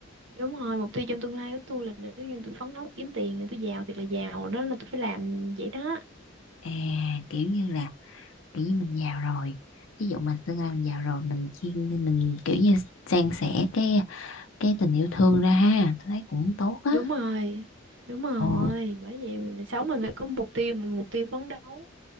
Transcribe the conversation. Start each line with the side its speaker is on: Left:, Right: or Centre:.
Right: Đúng rồi, mục tiêu trong tương lai của tôi là nếu như tôi phấn đấu kiếm tiền thì tôi giàu thiệt là giàu đó là tôi phải làm vậy đó.
Left: à kiểu như là kiểu như mình giàu rồi ví dụ mà tương lai mình giàu rồi mình chuyên mình kiểu như san sẻ cái cái tình yêu thương ra ha tôi thấy cũng tốt á
Right: Đúng rồi. Đúng rồi,
Left: ồ
Right: bởi vậy mình sống mình phải có mục tiêu, mình mục tiêu phấn đấu.